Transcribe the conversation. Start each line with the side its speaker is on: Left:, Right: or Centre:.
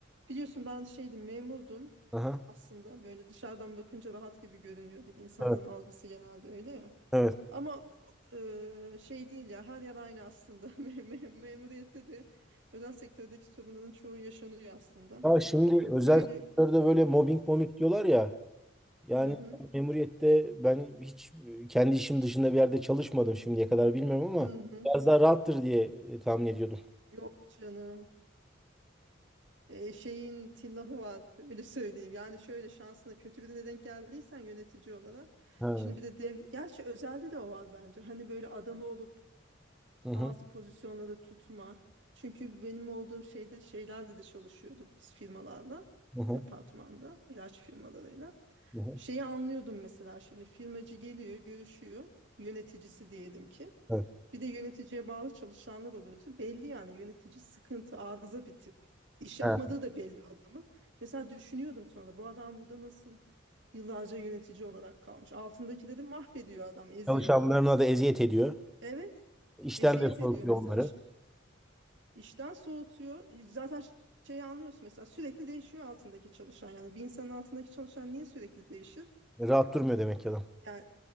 Right: Biliyorsun ben şeydim memurdum.
Centre: Aha.
Right: Aslında böyle dışarıdan bakınca rahat gibi görünüyordu. İnsanların
Centre: Evet.
Right: algısı genelde öyle ya.
Centre: Evet.
Right: Ama e, şey değil ya her yer aynı aslında. <laughs> Me- me- Memuriyette de özel sektördeki sorunların çoğu yaşanıyor aslında.
Centre: Ya şimdi özel
Right: Böyle
Centre: sektörde böyle mobbing mobbing diyorlar ya. Yani
Right: hı hı
Centre: memuriyette ben hiç kendi işim dışında bir yerde çalışmadım şimdiye kadar bilmiyorum ama
Right: hı hı.
Centre: biraz daha rahattır diye e, tahmin ediyordum.
Right: Yok canım. Ee, şeyin tillahı var öyle söyleyeyim. Yani şöyle şansına kötü birine denk geldiysen yönetici olarak.
Centre: Ha.
Right: Şimdi bir de dev, gerçi özelde de o var bence. Hani böyle adamı olup
Centre: Hı hı.
Right: bazı pozisyonları tutma. Çünkü benim olduğum şeyde şeylerle de çalışıyorduk biz firmalarda,
Centre: Hı hı.
Right: departmanda, ilaç firmalarıyla.
Centre: Hı hı.
Right: Şeyi anlıyordum mesela şimdi firmacı geliyor, görüşüyor, yöneticisi diyelim ki.
Centre: Evet.
Right: Bir de yöneticiye bağlı çalışanlar oluyor. Tüm belli yani yönetici sıkıntı, arıza bir tip. İş yapmadığı
Centre: Ha.
Right: da belli adamın. Mesela düşünüyordum sonra bu adam burada nasıl yıllarca yönetici olarak kalmış. Altındakileri mahvediyor adam, eziyor.
Centre: Çalışanlarına da eziyet ediyor.
Right: Evet,
Centre: İşten
Right: eziyet
Centre: de soğutuyor
Right: ediyor mesela.
Centre: onları.
Right: Şi- işten soğutuyor. Zaten ş- şeyi anlıyorsun mesela sürekli değişiyor altındaki çalışan. Yani bir insanın altındaki çalışan niye sürekli değişir?
Centre: E, Rahat durmuyor demek ki adam.
Right: Yani